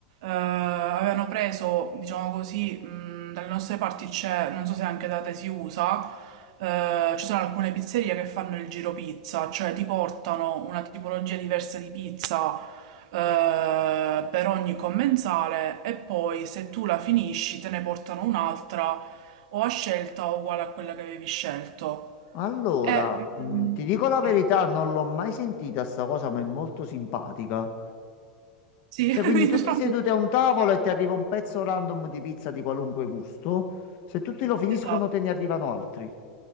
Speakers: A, on the right (about 50°); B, on the left (about 45°).
A: avevano preso, diciamo così, mh, dalle nostre parti c'è, non so se anche da te si usa, eh, ci sono alcune pizzerie che fanno il giro pizza, cioè ti portano una tipologia diversa di pizza, eh, per ogni commensale e poi se tu la finisci te ne portano un'altra o a scelta o uguale a quella che avevi scelto.
B: Allora,
A: E,
B: mh,
A: mm,
B: ti dico la
A: sì,
B: verità, non l'ho mai sentita sta cosa, ma è molto simpatica.
A: sì,
B: Cioè,
A: <laughs>
B: quindi tutti
A: diciamo,
B: seduti a un tavolo e ti arriva un pezzo random di pizza di qualunque gusto. Se tutti lo finiscono,
A: esatto,
B: te ne arrivano altri.